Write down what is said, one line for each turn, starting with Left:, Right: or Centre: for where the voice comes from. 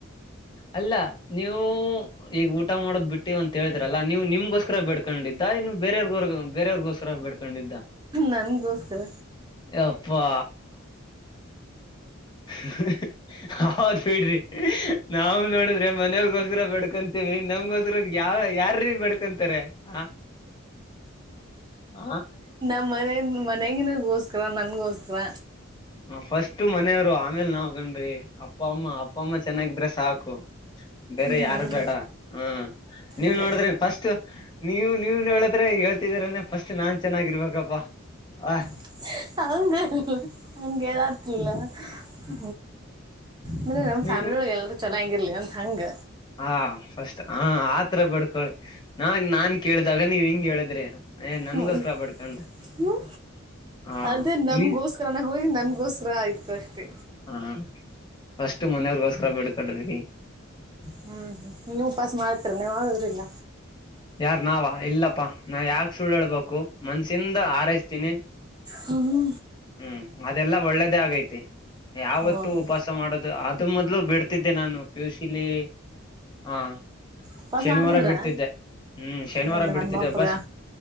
Left: ಅಲ್ಲ ನೀವು ಈಗ ಊಟ ಮಾಡೋದ್ ಬಿಟ್ ಟಿವ ಅಂತ ಹೇಳಿದ್ರಲ್ಲ ನೀವು ನಿಮ್ಗೋಸ್ಕರ ಬೇಡ್ಕೊಂಡಿದ್ದ ಏನ ಬೇರವ್ರಗ ಬೇೆರೆವರ್ಗೋಸ್ಕರ ಬೇಡ್ಕೊಂಡ್ ಕಂಡಿದ್ದ
Right: ನನ್ಗೋಸ್ಕರ
Left: ಯಪ್ಪಾ. ಹಾ. ಹೌದ ಬಿಡ್ರಿ. ನಾವು ನೋಡಿದ್ರೆ ಮನೆವ್ರಗೋಸ್ತಾರ ಬಡ್ಕೊಂತೇವಿ ನಮಗೋಸ್ರ ಯಾವ ಯಾರ್ರೀ ಬೇಡ್ಕೊಂತಾರೆ ಆ ಹ.
Right: ಮನ ಮನ್ಯಾಗೀನಾರ ಗೋಸ್ಕರ ನನ್ಗೋಸ್ಕರ.
Left: ಹ ಫಸ್ಟು ಮನೆಯವ್ರು ಆಮೇಲೆ ನಾವ್. <inaudible> ಅಪ್ಪ ಅಮ್ಮ ಅಪ್ಪಮ್ಮ ಚೆನ್ನಾಗಿದ್ರೆ ಸಾಕು ಬೇರೆ
Right: ಹ್ಮ್
Left: ಯಾರು ಬೇಡ ಹ ನೀವು್
Right: ಅದೇ
Left: ನೋಡಿದ್ರೆ ಫಸ್ಟ್ ನೀವು ನೀವು ನೋಡಿದ್ರೆ ಹೇಳ್ತಿದೀರ ಅಂದ್ರೆ ಫಸ್ಟ್ ನಾನ್ ಚೆನ್ನಾಗಿರ್ಬೇಕಪ್ಪಾ. ಹ.
Right: <unintelligible> ಇಲ್ಲಾ. ಹ ಅಂದ್ರೆ ನಮ್
Left: ನೀ
Right: ಫ್ಯಾಮಿಲಿ ಒಳಗ್ ಎಲ್ಲರೂ ಚೆನ್ನಾಗಿರ್ಲಿ ಅನ್ ಹಂಗ್.
Left: ಹಾ ಫಸ್ಟ್ ಹ ಆತರ ಬೇಡ್ಕೊಳಿ ನಾ ನಾನ್ ಕೇಳಿದಾಗ ನೀವ್ ಹಿಂಗ ಹೇಳಿದ್ರಿ. ಏ ನನ್ಗೋಸ್ಕರ
Right: ಹ್ಮ್ಮ
Left: ಬಡ್ಕೊಂಡ್ರಿ ಹ
Right: ಅದೇ ನಮ್ಗೋಸ್ಕರನ
Left: ನೀ
Right: ಹೋಗಿ ನನ್ಗೋಸ್ಕರ ಆಯ್ ತು ಅಷ್ಟೆ.
Left: ಹಾ ಫಸ್ಟ್ ಮನೆಯವ್ರಗೋಸ್ಕರ ಬೇಡ್ಕಡ್ರಿ.
Right: ಹ್ಮ್ ಹ್ಮ್ ನೀ ಉಪಾಸ ಮಾಡ್ತೀರಿ ಏನ ಯಾವಾಗಾದ್ರ ಇಲ್ಲ.
Left: ಯಾರ್ ನಾವ ಇಲ್ಲಪ್ಪಾ ನಾ ಯಾಕ ಸುಳ್ಳ ಹೇಳ್ಬೇಕು ಮನ್ಸಿಂದ ಆರೈಸ್ತೀನಿ
Right: ಹ್ಞೂ
Left: ಹ್ಮ್ ಅದೆಲ್ಲಾ ಒಳ್ಳೇದೇ ಆಗೈತಿ ಯಾವತ್ತುೂ
Right: ಹೌದು
Left: ಉಪವಾಸ ಮಾಡೋದು ಆದ ಅದು ಮೊದ್ಲು ಬಿಡ್ತಿದ್ದೆ ನಾನು ಪಿ ಯು ಸಿ ಲಿ. ಹಾ
Right: ಉಪವಾಸ
Left: ಶನಿವಾರ
Right: ಮಾಡ್ತಿದ್ರಾ
Left: ಬಿಡ್ತಿದ್ದೆ. ಹ್ಮ ಶನಿವಾರ
Right: ಹೌದಾ
Left: ಬಿಡ್ತಿದ್ದ
Right: ನಮ್ಮ ಅಪ್ಪಗ
Left: ಬಸ್